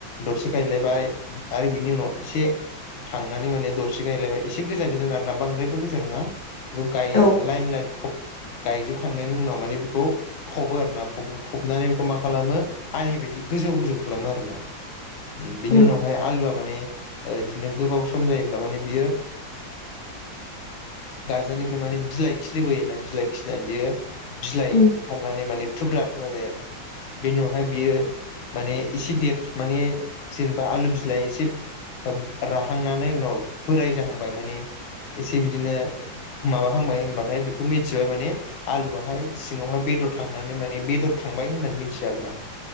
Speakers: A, on the left; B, on the left.
A: दरसे गायलायबाय आरो बिनि उनाव एसे थांनानै माने दरसे गायलायबाय एसे गोजान-गोजान आर ना बांद्रायबो गोजान नंङा गाइ
B: औ
A: लाइन-लाइन खुब गायजोबखांनायनि उनाव माने बेखौ फबो आरोना फबनानै बेखौ मा खालामो आलि बायदि गोजौ-गोजौ खालामो आरोना बिनि
B: उम
A: उनावहाय आलुआ माने बिदिनो गोबाव सम जायोब्ला माने बियो गारजानिफ्राय माने बिलाइ खिलिबोयोना बिलाइ खिलिनानै बियो। बिलाइ
B: उम
A: ओंखारनानै माने थुब्रा जायो आरोना बेनि बियो माने एसे देर माने जेनेबा आलु बिलाइ एसे राहांनानै उनाव बोराय जाहांबाय माने एसे बिदिनो माबाहांबाय होनबाथाय बेखौ मिथिबाय माने आलुवआ। बहाय सिङांवहाय बेदर थांनानै माने बेदर थांबाय होननानै मिथिया आरोना।